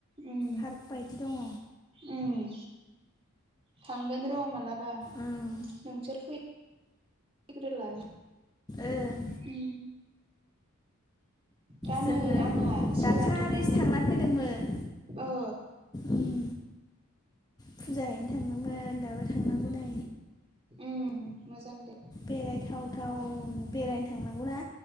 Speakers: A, on the right; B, on the left.
A: उम
B: पार्क बायदि दङ।
A: उम थांगोन र' मालाबा
B: ओं
A: नोंसोर फै फैग्रोलाय
B: ओं
A: उ। दा
B: जोङो
A: नै आंहा सोलाबथथारा
B: दाखालिसो थांना फैदोंमोन
A: ओ।
B: उम फुजा हैैनो थांदोंमोन दाबो थांनांगौ नै।
A: उम मोजां दे
B: बेरायथाव थाव बेरायनो थांनांगौ ना?